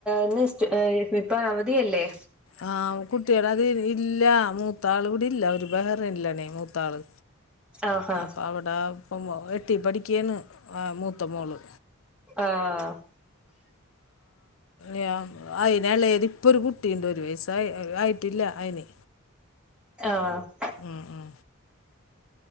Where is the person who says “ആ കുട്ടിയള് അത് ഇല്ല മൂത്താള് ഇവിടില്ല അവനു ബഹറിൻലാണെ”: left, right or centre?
Left